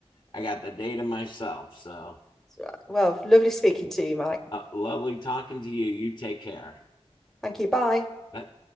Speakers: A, on the left; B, in the centre.
A: I got the day to myself. So,
B: Right. Well, lovely speaking to you, Mike.
A: uh, lovely talking to you. You take care.
B: Thank you. Bye.
A: Bye.